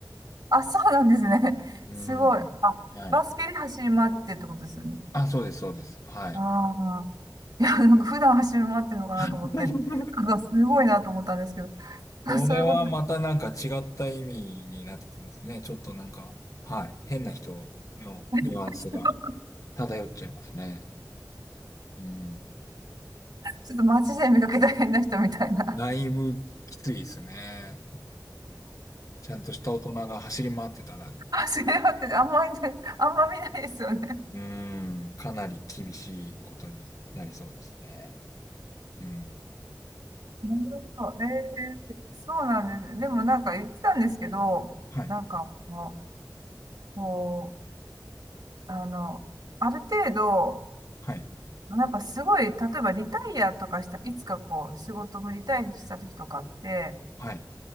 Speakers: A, on the right; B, on the left.
A: あ、そうなんですね。<laughs>
B: うん。
A: すごい。あ、
B: はい。
A: バスケで走り回ってってことですよね。
B: あ、そうです、そうです。はい。
A: ああ。いや、なんか普段走り回ってるのかなと思って。
B: <laughs>
A: なんかすごいなと思ったんですけど、あそういうことで、
B: それはまたなんか違った意味になってきますね。ちょっとなんか、はい。変な人のニュアンスが
A: <laughs> 人
B: 漂っちゃいますね。うん。
A: ちょっと街で見かけた変な人みたいな。
B: だいぶきついですね。ちゃんとした大人が走り回ってたら
A: 走り回ってて、あんまりね、あんま見ないですよね。
B: うーん、かなり厳しいことになりそうですね。うん。
A: なるほど。ええそうなんです。でもなんか言ってたんですけど、
B: はい、
A: なんかもう、こう、あの、ある程度、
B: はい、
A: なんかすごい、例えばリタイアとかした、いつかこう、仕事もリタイアした時とかって、
B: はい、